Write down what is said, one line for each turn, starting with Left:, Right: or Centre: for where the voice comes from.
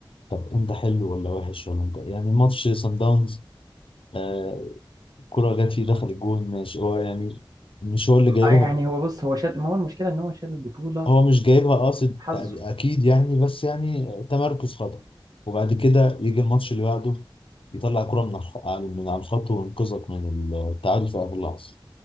Left: طب انت حلو ولا وحش ولا انت يعني ماتش سان داونز آه كرة جت فيه دخل الجون ماشي هو يعني مش هو اللي جايبها
Right: آه، يعني هو بص هو شال ما هو المشكلة إن هو شال البطولة
Left: هو مش جايبها قاصد
Right: حظه
Left: تق- اكيد يعني بس يعني تمركز خطأ وبعد كده يجي الماتش اللي بعده يطلع كرة من الخ... من على الخط وينقذك من التعادل في اخر لحظة